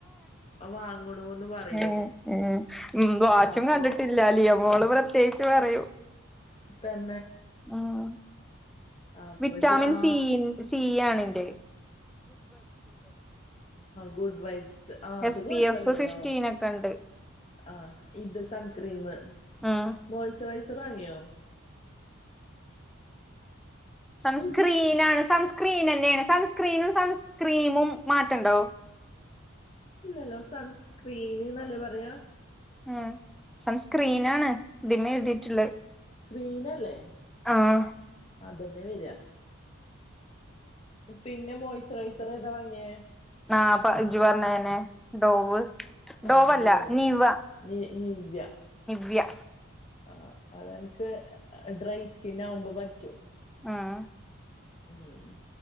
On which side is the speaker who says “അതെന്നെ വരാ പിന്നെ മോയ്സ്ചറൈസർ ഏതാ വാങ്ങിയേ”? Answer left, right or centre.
Left